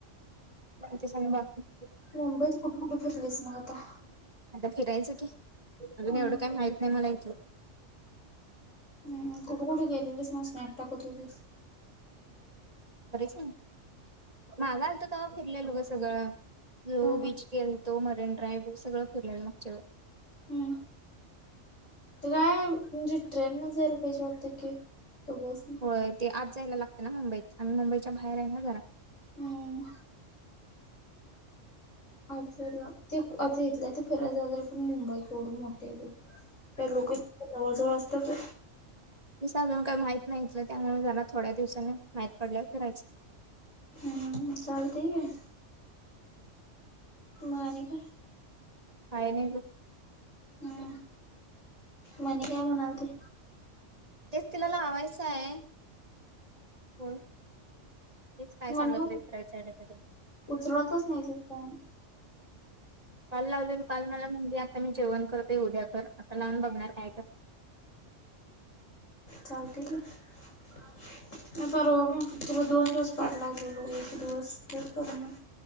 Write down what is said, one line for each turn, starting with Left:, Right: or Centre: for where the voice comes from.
Right: ज सू बाकी...
Left: मुंबईत कुठे कुठे फिरलीस मग आता..
Right: फिरायचं की, अजून
Left: हम्म
Right: एवढं काही माहित नाही मला इथ..
Left: हम्म कुठे कुठे गेलेलीस. स्नॅप कतो दिस.
Right: मागा आलत तवा फिरलेलो ग सगळं जो
Left: हा
Right: बीच गेल. तो मरीन ड्राईव्ह सगळं केलेल मागच्या वेळेला.
Left: हम्म काय म्हणजे ट्रेन न जायला पाहिजे वाटत की! का बसन?
Right: होय ते आज जायला लागते ना मुंबईत आम्ही मुंबईच्या बाहेर आहे ना जरा.
Left: हम्म. आ ते आता इथल्या ते फिरायला जााते पण मुंबई एवढी मोठी. का लोक जवळ जवळ असतात.
Right: तेच अजून काही माहित नाहीित त्यामुळे जना थोड्या दिवसानी माहित पडल्या करायच.
Left: हम्म चालतंय कि. माने का.
Right: अयनक..
Left: हम्म मणी काय म्हणालती?
Right: तेच तिलाला हवायचं आहे कोण? तेच काय
Left: मणी
Right: सांगतलं तर विच्याकडे..
Left: उचलतच नाही ती फोन
Right: काल लावलेल काल मला म्हणजे आता मी जेवण करतोय उद्या कर आता लावून बघणार काय कर <inaudible>
Left: चालते कि नाही परवा मग तु दोन दिवस पाठ लागलेलो एक दिवस तर कर मग.